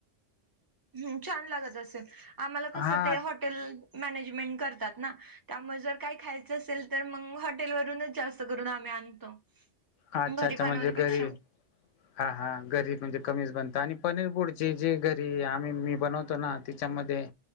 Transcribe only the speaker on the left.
हा
अच्छा
अच्छा म्हणजे
घरी हा हा, घरी म्हणजे कमीच बनतं आणि पनीर बुर्ची जी घरी आम्ही मी बनवतो ना तिच्यामध्ये